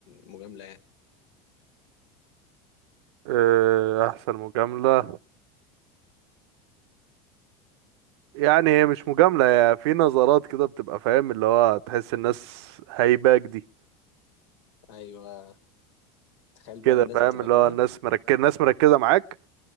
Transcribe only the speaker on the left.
مجامله يعني
ايوه تخيل بقى
الناس
بتبقى
كده